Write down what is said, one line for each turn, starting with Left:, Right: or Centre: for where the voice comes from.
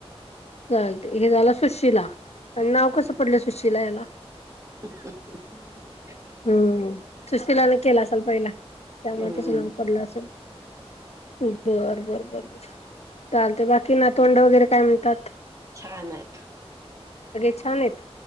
Left: चालते हे झालं, सुशिला आणि नाव कसं पडलं सुशिला याला?
Right: <inaudible>
Left: हम्म सुशिलाने केला असाल, पहिला त्यामुळे
Right: हम्म
Left: तसं नाव पडलं असेल. बर बर बर बर. चालते बाकी ना, तोंड वगैरे काय म्हणतात.
Right: छ नात.
Left: सगळे छान आहेत